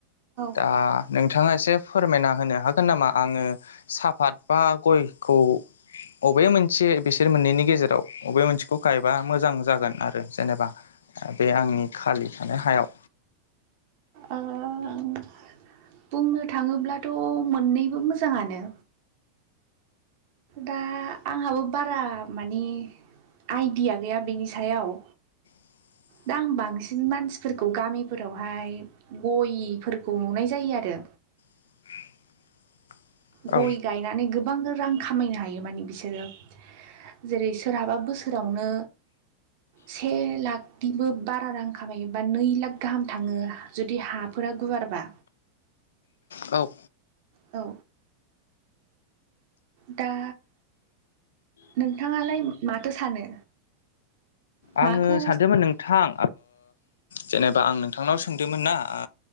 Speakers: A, on the left; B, on the right.
A: दा
B: औ
A: नोंथाङा एसे फोरमायना होनो हागोन नामा? आङो साहाफात बा गयखौ बबे मोनसे बिसोर मोननैनि गेजेराव बबे मोनसेखौ गायबा मोजां जागोन आरो जेनेबा बे आंनि खालि थानाय हायाव
B: ओं बुंनो थाङोब्लाथ' मोननैबो मोजाङानो दा आंहाबो बारा मानि आइडिया गैया बेनि सायाव।
A: <inaudible>
B: दा आं बांसिन मानसिफोरखौ गामिफोरावहाय गयफोरखौ नुनाय जायो आरो
A: <inaudible>
B: गय
A: औ
B: गायनानै गोबां रां खामायनो हायो माने बिसोरो जेरै सोरहाबा बोसोरावनो से लाखनिबो बारा रां खामायोबा नै लाख गाहाम थाङो जुदि हाफोरा गुवारबा।
A: औ।
B: औ। दा नोंथाङालाय माथो सानो?
A: आङो
B: माखौ
A: सानदोंमोन नोंथां जेनेबा आं नोंथांनाव सोंदोंमोन ना ओ।